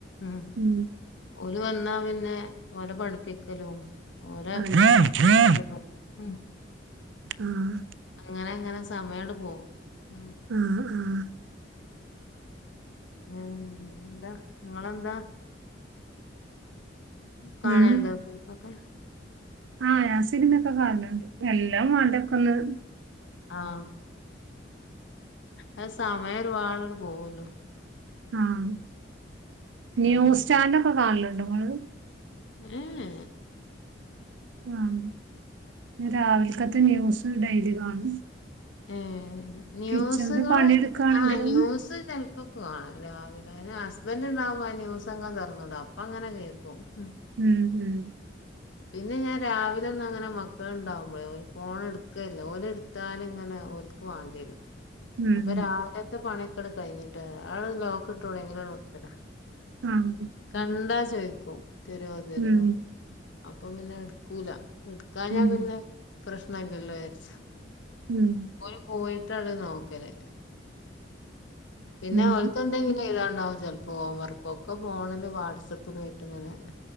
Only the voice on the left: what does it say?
ഉം
ഓല് വന്നാ പിന്നെ ഓലെ പഠിപ്പിക്കലും ഓലെ
ഭക്ഷണം കൊട്ക്കലും. അഹ്
അങ്ങനെ അങ്ങനെ സമയാണ്ട് പോവും ഉം
അങ്ങനെ <unintelligible> പിന്നെപ്പെന്താ ഇങ്ങളെന്താ. കാണല്ണ്ടൊ
സിൽമൊക്കെ
ആഹ് അഹ് സമയം ഒരുപാട് ആണ്ട് പോവൊല്ലോ.
ആഹ്
ഏഹ് യേ
ഏഹ് ന്യൂസ്കള്
ആഹ് ന്യൂസ് ചെൽ പ്പൊക്കെ കാണും രാവിലെ പിന്നെ ഹസ്ബന്റ് ഇണ്ടാവ്മ്പൊ ആ ന്യൂസങ്ങനെ തൊർന്നിടും അപ്പൊ അങ്ങനെ കേക്കും ഉം
പിന്നെ ഞാൻ രാവിലെ ഒന്നങ്ങനെ മക്കള്ണ്ടാവുമ്പളേ ഒരു ഫോണെടുക്കേ ഇല്ല. ഓല് എട് ത്താല്ങ്ങനെ ഓല്ക്ക് വാണ്ടിയരും.
അപ്പ രാവിലത്തെ പണിക്കെടുക്കല് കഴിഞ്ഞിട്ട് ആഹ് ലോക്ട്ടൂടെയ്‌ന് അനക്ക്
കണ്ടാ ചോയ്ക്കും തരോ തരോ
അപ്പം പിന്നെ എട്ക്കൂല. എട്ക്കാഞ്ഞ
പിന്നെ പ്രശ്നല്ലല്ലോ വിചാരിച്ച്.
ഓല് പോയിട്ടാണ് നോക്കല്. പിന്നെ
ഓല്ക്ക് എന്തെങ്കിലും എഴുതാണ്ടാവും ചെലപ്പോ ഹോംവർക്ക്. ഒക്കെ ഫോണില് വാട്സപ്പിലായിട്ടിങ്ങനെ.